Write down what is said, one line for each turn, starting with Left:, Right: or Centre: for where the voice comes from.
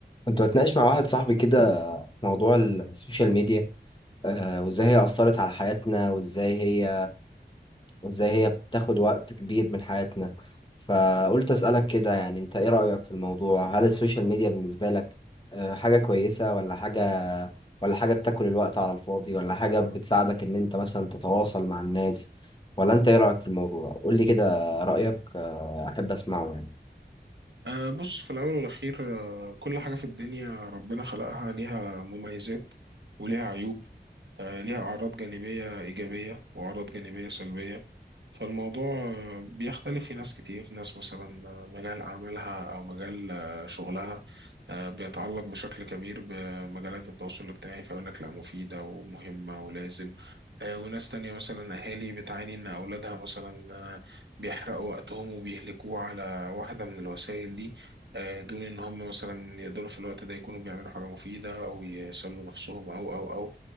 Left: كنت بتناقش مع واحد صاحبي كده في موضوع السوشيال ميديا آه، وازاي هي أثرت على حياتنا وازاي هي وازاي هي بتاخد وقت كبير من حياتنا فقلت أسألك كده يعني انت ايه رأيك في الموضوع هل السوشيال ميديا بالنسبة لك آه، حاجة كويسة ولا حاجة ولا حاجة بتاكل الوقت على الفاضي ولا حاجة بتساعدك ان انت مثلا تتواصل مع الناس ولا انت ايه رأيك في الموضوع قول لي كده رأيك آه، احب اسمعه يعني
Right: أه بص في الأول والأخير أه كل حاجة في الدنيا ربنا خلقها ليها مميزات وليها عيوب أه ليها أعراض جانبية إيجابية وأعراض جانبية سلبية فالموضوع آه، بيختلف في ناس كتير ناس مثلا آه، مجال عملها أو مجال آه، شغلها آه، بيتعلق بشكل كبير بمجالات التواصل الاجتماعي فيقول لك لا مفيدة ومهمة ولازم آه، وناس تانية مثلا أهالي بتعاني إن أولادها مثلا آه، بيحرقوا وقتهم وبيهلكوه على واحدة من الوسائل دي آه، دون ان هم مثلا يقدروا في الوقت ده يكونوا بيعملوا حاجة مفيدة او يسلوا نفسهم او او او